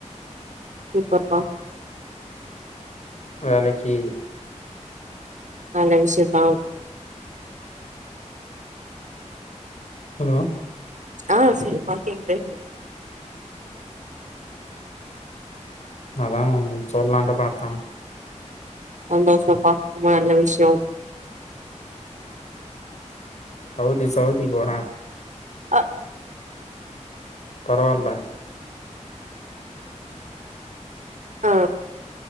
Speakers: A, on the right (about 75°); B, on the left (about 65°).
A: சூப்பர்ப்பா
B: வேலைக்கி
A: நல்ல விஷ்யந்தா
B: ஹலோ
A: ஆ சொல்லிப்பா கேக்குது
B: அதா சொல்லான்ட்டு பாத்தோ
A: சந்தோஷப்பா ரொம்ப நல்ல விஷ்யோ
B: சவுதி சவுதி போற
A: அ
B: பரவாயில்ல
A: ஆ